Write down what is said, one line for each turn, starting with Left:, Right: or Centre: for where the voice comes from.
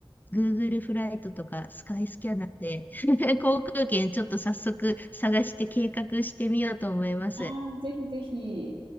Left: Google フライトとかスカイスキャナーで <laughs> 航空券ちょっと早速探して計画してみようと思います。
Right: ああ、ぜひぜひ。